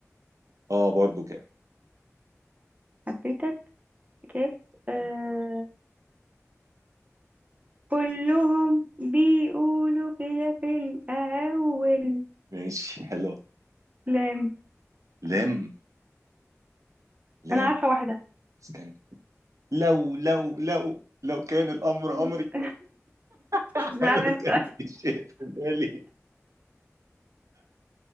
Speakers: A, on the right; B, on the right.
A: اه برضو كده
B: حبيتك كيف آه كلهم بيقولوا كده في الأول
A: ماشي حلو
B: لام
A: لام لام
B: أنا عارفة واحدة
A: استنى لو لو لو لو كان الامر
B: <laughs>
A: امري <laughs>
B: معنى
A: لو
B: أنت
A: كان في شيء في بالي